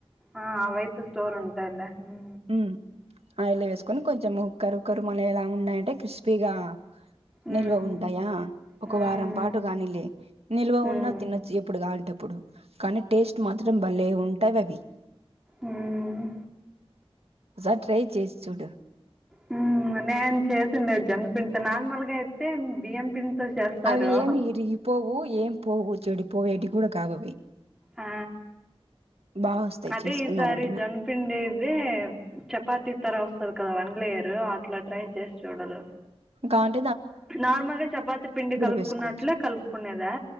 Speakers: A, in the centre; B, on the right.
A: ఆ అవైతే స్టోర్ ఉంటాది ఆ ఊ
B: హ్మ్ అయిల్ లో వేసుకొని కొంచెం ఉక్కరుక్కరు మానేలా ఉన్నాయంటే క్రిస్పీగా
A: ఉమ్,
B: నిల్వ ఉంటాయా ఒక
A: ఉమ్,
B: వారం పాటు కాని లే నిల్వ
A: ఉమ్,
B: ఉన్నా తినొచ్చు ఎప్పుడు కాఅంటే అప్పుడు కానీ టేస్ట్ మాత్రం భలే ఉం టవవి
A: మ్మ్
B: ఒక్కసారి ట్రై చేసి చూడు
A: హ్మ్ నేను చేసిండేది జన్మపిండితోనే నార్మల్గా అయితే బియ్యం పిండితో చేస్తారు.
B: అవి ఏమి ఇరిగి పోవు ఏం పోవు చెడి పోవు ఎడిక్ గూడా కావవి
A: ఆ
B: బాగా వస్తాయి
A: అదే
B: చేసుకున్నామంటేనా
A: ఈసారి జన్పిండిదే చపాతి తర వస్త్ <unintelligible> అన్లేయర్ లేదా అట్లా ట్రై చేసి చూడరు
B: గాన్
A: నార్మల్గా చపాతి పిండి కలుపుకున్నట్లే
B: వేసుకోవచ్చు.
A: కలుపుకునేదా